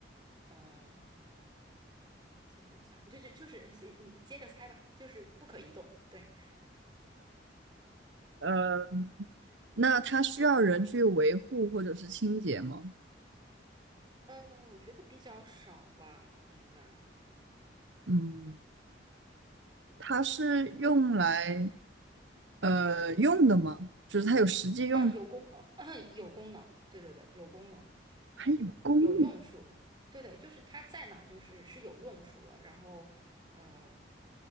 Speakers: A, on the right; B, on the right.
A: 嗯，怎么讲？就就就是你你接着猜吧，就是不可移动。对，
B: 嗯，那它需要人去维护或者是清洁吗？
A: 嗯，我觉得比较少吧，应该
B: 嗯，它是用来呃用的吗？就是它有实际用。
A: 啊，有功能，
B: 途。
A: <clears throat> 有功能，对对对，有功能，
B: 还有公路、
A: 有用处，对对，就是它在哪儿就是是有用处的。然后，呃，